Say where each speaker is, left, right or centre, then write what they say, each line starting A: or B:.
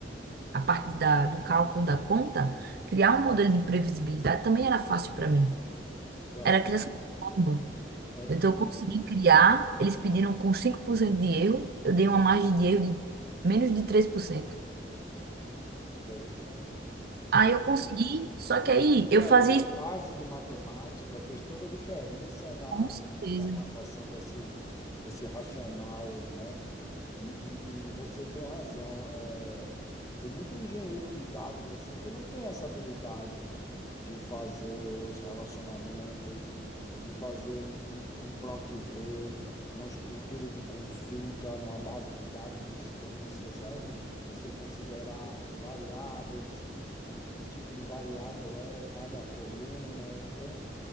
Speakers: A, on the right; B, on the left.
A: a parte da, do cálculo da conta, criar um modelo de previsibilidade também era fácil para mim.
B: Tá.
A: Era a criação de fórmula.
B: É
A: Então
B: porque,
A: eu consegui criar, eles pediram com 5% de erro, eu dei uma margem de erro de menos de três por cento
B: poxa,
A: Aí eu consegui, só
B: E
A: que aí
B: aí
A: eu
B: assim,
A: fazia
B: a sua
A: isso
B: base de matemática fez toda a diferença na,
A: com certeza,
B: na formatação desse, desse racional, né? E, e, e você tem razão. É, tem muito engenheiro de dados assim que não tem essa habilidade de fazer os relacionamentos, de fazer um, um, um PROC V, uma estrutura de consulta numa base de dados extensa, sabe? Você considerar as variáveis e que tipo de variável é cada coluna. Então,